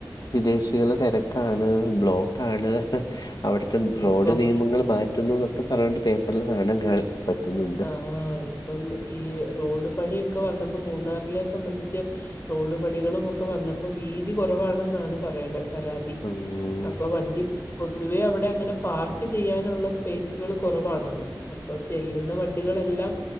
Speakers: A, on the left (about 70°); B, on the left (about 35°).
A: വിദേശികള് തിരക്കാണ് ബ്ലോ ക്കാണ് അവിടുത്തെ റോഡ്
B: ഇപ്പം
A: നിയമങ്ങൾ മാറ്റുന്നു എന്നൊക്കെ പറഞ്ഞിട്ട് പേപ്പറിൽ കാണാൻ കാ പറ്റുന്നുണ്ട്.
B: ആഹ് ഇപ്പം ഈ റോഡ് പണിയൊക്കെ വന്നപ്പോ മൂന്നാറിലെ സംബന്ധിച്ച് റോഡ് പണികളും ഒക്കെ വന്നപ്പോ വീതി കുറവാണെന്നാണ് പറയണെ. പരാതി.
A: ഉം
B: അപ്പോ വണ്ടി പൊതുവേ അവിടെ അങ്ങനെ പാർക്ക് ചെയ്യാനുള്ള സ്പേസുകള് കൊറവാണ്ന്ന്. അപ്പോ ചെല്ലുന്ന വണ്ടികളെല്ലാം.